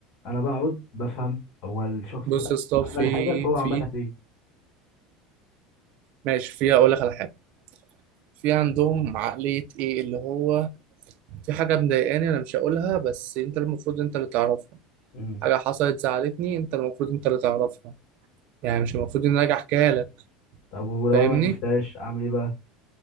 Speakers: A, on the left; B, on the right.
A: انا بقعد بفهم هو الشخص
B: بص
A: ده
B: يا اسطى
A: عمل
B: في
A: حاجه فهو عملها
B: في
A: ليه
B: ماشي في هقول لك على حاجة في عندهم عقلية ايه اللي هو في حاجة مضايقاني انا مش هقولها بس انت المفروض انت اللي تعرفها
A: مم.
B: حاجة حصلت زعلتني انت المفروض انت اللي تعرفها يعني مش المفروض ان انا اجي احكيها لك
A: طب ولو
B: فاهمني
A: انا ما عرفتهاش اعمل ايه بقى